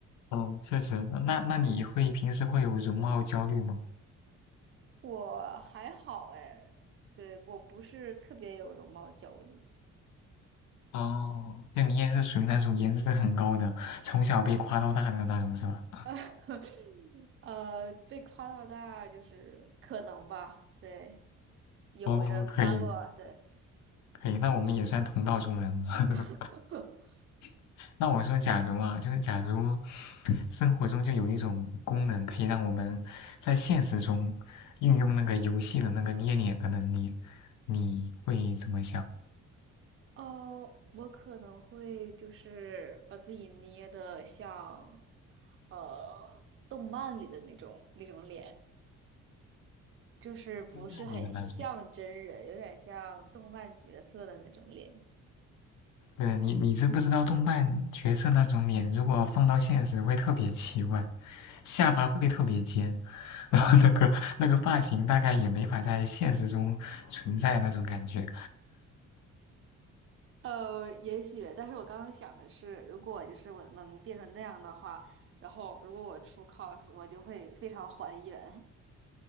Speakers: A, on the left; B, on the right.
A: 哦，确实，那那你会平时会有容貌焦虑吗？
B: 我还好哎，对，我不是特别有容貌焦虑。
A: 哦，那你也是属于那种颜值很高的，从小被夸到大的那种是吧？
B: <laughs> 呃，被夸到大就是可能吧，对，有人夸过，
A: 哦，可以
B: 对。
A: 可以，那我们也算同道中人了。
B: <laughs>
A: <laughs> 那我说，假如啊，就是假如生活中就有一种功能，可以让我们在现实中运用那个游戏的那个捏脸的能力，你会怎么想？
B: 哦，我可能会就是把自己捏的像呃动漫里的那种那种脸，就是不是很像真人，
A: 那你的那种？
B: 有点像动漫角色的那种脸。
A: 对，你你知不知道动漫角色那种脸，如果放到现实会特别奇怪，下巴会特别尖，然后那个那个发型大概也没法在现实中存在那种感觉，
B: 呃，也许，但是我刚刚想的是，如果就是我能变成那样的话，然后如果我出 cos，我就会非常还原，